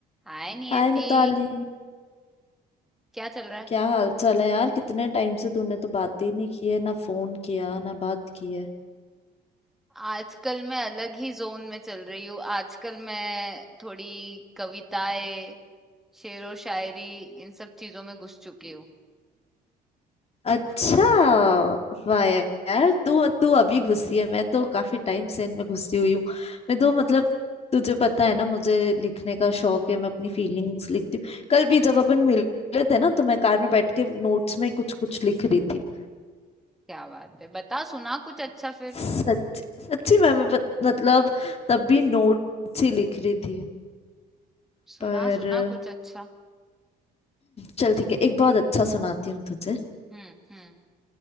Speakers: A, in the centre; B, on the left.
A: हाय नियति
B: हाय मिताली
A: क्या चल रहा है
B: क्या हाल चाल है यार कितने टाइम से तूने तो बात ही नहीं की है ना फोन किया ना बात की है
A: आजकल मैं अलग ही जोन में चल रही हूँ आजकल मैं थोड़ी कविताएं शेरो शायरी इन सब चीजों में घुस चुकी हूँ
B: अच्छा वाह यार तू तू अभी घुसी है मैं तो काफी टाइम से इनमें घुसी हुई हूँ मैं तो मतलब तुझे पता है ना मुझे लिखने का शौक है मैं अपनी फीलिंग्स लिखती हूँ कल भी जब अपन मिले थे ना तो मैं कार में बैठ के नोट्स में कुछ कुछ लिख रही थी
A: क्या बात है बता सुना कुछ अच्छा फिर
B: सच सच्ची में मैं पत- मतलब तब भी नोट्स ही लिख रही थी
A: सुना
B: पर
A: सुना कुछ अच्छा
B: चल ठीक है एक बहुत अच्छा सुनाती हूँ तुझे
A: हम्म हम्म